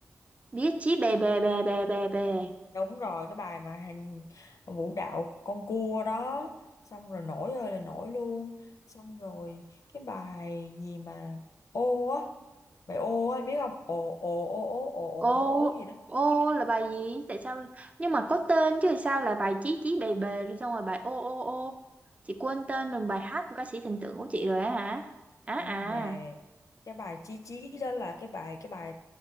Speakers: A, on the right; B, on the left.
A: biết chí bè bè bè bè bè bè
B: Đúng rồi cái bài mà hành vũ đạo con cua đó xong rồi nổi ơi là nổi luôn xong rồi cái bài gì mà ô á bài ô á em biết không ồ ồ ồ ồ ồ
A: ô
B: ồ ồ gì đó
A: ô là bài gì tại sao nhưng mà có tên chứ sao là bài chí chí bè bè rồi xong rồi bài ô ô ô chị quên tên rồi bài hát của ca sĩ thần tượng của chị rồi á hả á
B: không
A: à
B: hề cái bài chí chí đó là cái bài cái bài